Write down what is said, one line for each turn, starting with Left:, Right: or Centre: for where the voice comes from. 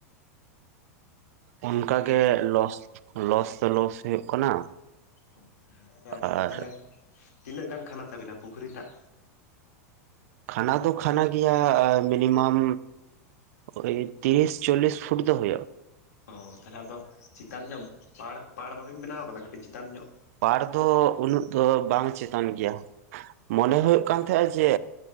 Right: ᱚᱱᱠᱟ
Left: ᱛᱟᱦᱚᱞᱮ ᱵᱷᱟᱜᱤ
Right: ᱜᱮ ᱞᱚᱥ ᱞᱚᱥ ᱫᱚ ᱞᱚᱥ ᱦᱩᱭᱩᱜ ᱠᱟᱱᱟ
Left: ᱚ ᱦᱮᱸ ᱟᱫᱚ ᱟᱹᱵᱤᱱ
Right: ᱟᱨ
Left: ᱫᱚ ᱛᱟᱦᱚᱞᱮ ᱛᱤᱱᱟᱹᱜ ᱜᱟᱱ ᱠᱷᱟᱱᱟ ᱛᱟᱹᱵᱤᱱᱟ ᱯᱩᱠᱷᱨᱤ ᱴᱟᱜ
Right: ᱠᱷᱟᱱᱟ ᱫᱚ ᱠᱷᱟᱱᱟ ᱜᱮᱭᱟ ᱢᱤᱱᱤᱢᱟᱢ ᱳᱭ ᱛᱤᱨᱤᱥ ᱪᱚᱞᱞᱤᱥ ᱯᱷᱩᱴ ᱫᱚ ᱦᱳᱭᱳᱜ
Left: ᱚ ᱛᱟᱦᱚᱞᱮ ᱟᱫᱚ ᱪᱮᱛᱟᱱ ᱧᱚᱜ ᱯᱟᱲ ᱯᱟᱲ ᱵᱟᱹᱵᱤᱱ ᱵᱮᱱᱟᱣ ᱟᱠᱟᱫᱟ ᱠᱟᱹᱴᱤᱡ ᱪᱮᱛᱟᱱ ᱧᱚᱜ
Right: ᱯᱟᱲ ᱫᱚ ᱩᱱᱟᱹᱜ ᱫᱚ ᱵᱟᱝ ᱪᱮᱛᱟᱱ ᱜᱮᱭᱟ ᱢᱚᱱᱮ ᱦᱩᱭᱩᱜ ᱠᱟᱱ ᱛᱟᱦᱮ ᱡᱮ